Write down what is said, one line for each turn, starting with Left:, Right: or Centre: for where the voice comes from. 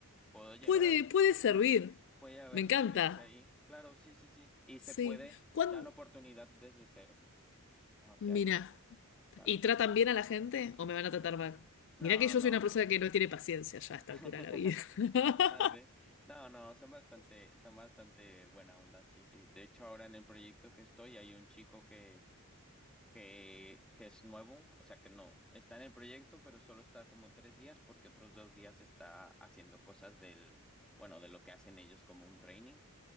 Centre: puedo llegar
Left: puede,
Centre: a
Left: puede servir.
Centre: Puede haber
Left: Me encanta.
Centre: referencia ahí. Claro, sí, sí, sí. Y
Left: Sí.
Centre: se puede
Left: ¿Cuándo?
Centre: dar oportunidad desde cero hacia
Left: Mira,
Centre: ahí. Claro.
Left: ¿y tratan bien a la gente o me van a tratar mal?
Centre: No,
Left: Mira que yo
Centre: no.
Left: soy una persona que no tiene paciencia ya a esta
Centre: <laughs>
Left: altura de la vida. <laughs>
Centre: Ah, sí. No, no, son bastante, son bastante buena onda, sí, sí. De hecho, ahora en el proyecto que estoy hay un chico que, que, que es nuevo, o sea que no, está en el proyecto, pero solo está como tres días porque otros dos días está haciendo cosas del, bueno, de lo que hacen ellos como un training.